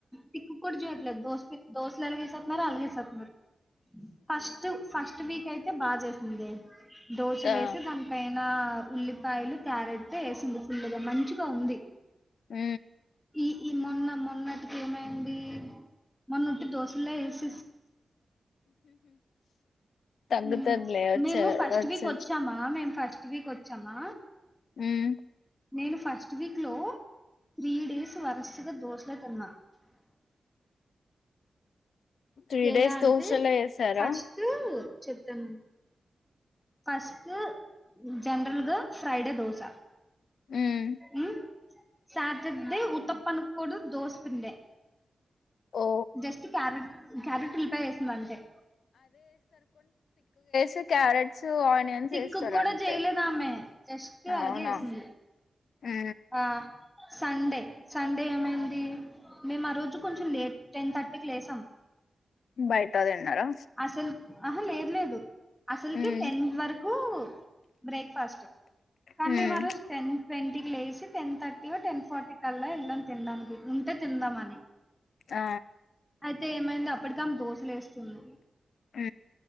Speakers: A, in the centre; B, on the left.
A: తిక్కుక్కుడ జేయట్లేదు దోస్ కే దోస్లెల జేసేత్తన్నారో అలాగేఏసేత్తున్నారు ఫస్టు ఫస్ట్ వీక్ అయితే బాగ్జేసిందే దోశలేసి
B: ఆ
A: దానిపై నా ఉల్లిపాయలు క్యారెట్టు ఏసింది ఫుల్లుగా మంచిగా ఉంది
B: ఊ
A: ఈ ఈ మొన్న మొన్నటికి ఏమైంది మొన్నొట్టి దోశలే ఏస్
B: తగ్గుతదిలే
A: ఊ
B: వచ్చే
A: మేము ఫస్టువీకొచ్చామా
B: వచ్చే
A: మేమ్ ఫస్టు వీకొచ్చామా
B: ఉమ్
A: నేను ఫస్టువీక్లో త్రీడేసు వరస్గా దోస్లే తిన్నా
B: త్రీ
A: ఎలా
B: డేస్
A: అంటే
B: దోశలే వేసారా
A: ఫస్టు చొప్తానున్ ఫస్టం జండ్రల్గా ఫ్రైడే దోశ
B: ఉమ్
A: ఉ సాటర్డే ఉతప్పాన్ క్కూడ దోస్పిండే
B: ఓ
A: జస్టు క్యారెట్ క్యారెట్ ఉల్లిపాయ ఏసిందంతే
B: తే క్యారెట్సు ఆనియన్సేస్తారు
A: తిక్కుకి కూడా
B: అంతే
A: చేయలేదామె. జస్ట్ అలాగే
B: అవునా
A: ఏసింది.
B: ఊ
A: ఆ! సండే సండే ఏమైంది మేము ఆ రోజు కొంచెం లేట్ టెన్ థర్టీకి లేసాం
B: బయట తిన్నారా
A: అసల్ అహ లేదు లేదు అసల్కె
B: ఉమ్
A: టెన్ వర కు బ్రేక్ఫాస్టు కానీ
B: ఉమ్
A: మేమారోజ్ టెన్ ట్వంటీకి లే సి టెన్ థర్టీ ఓ టెన్ ఫార్టీ కల్లా ఎళ్ళాం తిండానికి ఉంటే తిందామని
B: ఆ
A: ఐతే ఏమైంది అప్పటికామ్ దోసలేస్తుంది
B: ఊ